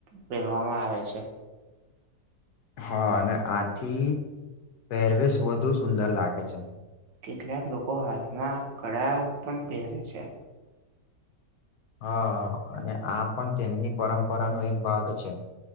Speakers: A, on the right; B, on the left.
A: પહેરવામાં આવે છે.
B: હા, અને આથી પહેરવેશ વધુ સુંદર રાખે છે.
A: કેટલાક લોકો હાથમાં કળા પણ પહેરે છે.
B: હ, અને આ પણ તેમની પરંપરા નો એક ભાગ છે.